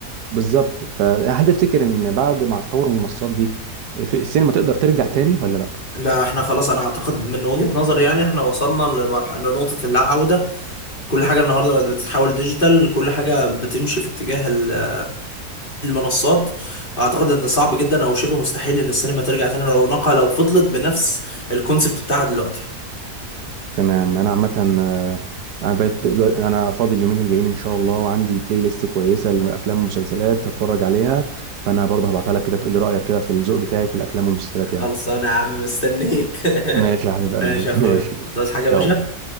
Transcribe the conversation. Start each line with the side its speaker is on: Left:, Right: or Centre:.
Right: بالظبط فهل تفتكر ان بعد مع تطور المنصات دي في السينما تقدر ترجع تاني ولا لا
Left: لا احنا خلاص انا اعتقد من وجهة نظري يعني احنا وصلنا لمرحلة لنقطة اللا عودة كل حاجة النهاردة بقت بتتحول ديجيتال كل حاجة بتمشي في اتجاه ال- المنصات اعتقد ان صعب جدا او شبه مستحيل ان السينما ترجع تاني رونقها لو فضلت بنفس الكونسبت بتاعها دلوقتي
Right: تمام انا عامه آه، انا بقيت دلوقتي- انا فاضي اليومين الجايين ان شاء الله وعندي بلاي ليست كويسه لافلام ومسلسلات هتفرج عليها فانا برضه هبعتها لك كده تقول لي رايك كده في الذوق بتاعي في الافلام والمسلسلات
Left: خلصانة
Right: يعني
Left: يا عم مستنيك <laughs>
Right: ماشي يا حبيب قلبي
Left: ماشي يا اخويا
Right: <laughs> ماشي
Left: هتعوز حاجة يا
Right: يلا
Left: باشا